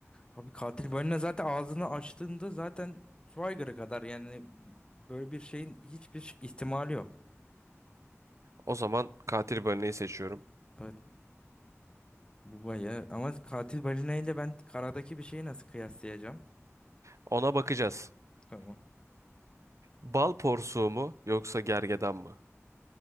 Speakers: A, on the left (about 20°); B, on the right (about 85°).
A: Abi katil balina zaten ağzını açtığında zaten Schweiger'a kadar yani böyle bir şeyin hiçbir ihtimali yok.
B: O zaman katil balinayı seçiyorum.
A: Evet bu bayağı ama katil balina ile ben karadaki bir şeyi nasıl kıyaslayacağım?
B: Ona bakacağız.
A: Tamam.
B: Bal porsuğu mu yoksa gergedan mı?